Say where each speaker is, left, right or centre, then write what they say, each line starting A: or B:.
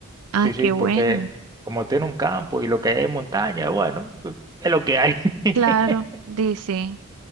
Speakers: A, on the right (about 80°); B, on the right (about 15°).
A: Ah,
B: Sí, sí,
A: qué bueno.
B: porque como tiene un campo y lo que es montaña, bueno, es lo que hay. <laughs>
A: Claro, dice.